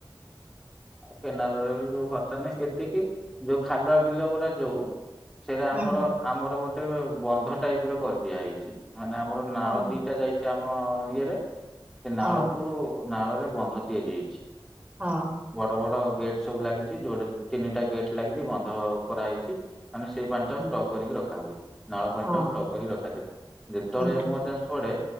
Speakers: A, in the centre; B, on the right.
A: ଆଉ କେନାଲରେ ବି ଭରସା ନାହି ଏତିକି ଯୋଉ ଖାଲୁଆ ବିଲ ଗୁଡା ଯୋଉ ସେଇଟା ଆମର
B: ହୁଁ।
A: ଆମର ଗୋଟେ ବନ୍ଧ ଟାଇପ ର କରିଦିଆ ହେଇଛି। ମାନେ ଆମର ନାଳ
B: ହଁ
A: ଦିଟା ଯାଇଛି ଆମ ଇଏରେ ସେ ନାଳକୁ
B: ହଁ
A: ନାଳରେ ବନ୍ଧ ତିଆରି ହେଇଛି।
B: ହଁ।
A: ବଡ ବଡ ଗେଟ୍ ସବୁ ଲାଗିଛି ଯୋଉଟା ତିନିଟା ଗେଟ ଲାଗିଛି ବନ୍ଧ କରାହେଇଛି। ମାନେ ସେଇ ପାଣି ଟାକୁ
B: ହଁ।
A: ଷ୍ଟକ୍ କରିକି ରଖା ହୁଏ। ନାଳ ପାଣି
B: ହଁ।
A: ଟାକୁ ଷ୍ଟକ୍ କରି ରଖାଯାଏ ଯେତେବେଳେ
B: ହୁଁ
A: ଏମରଜେନ୍ସି ପଡେ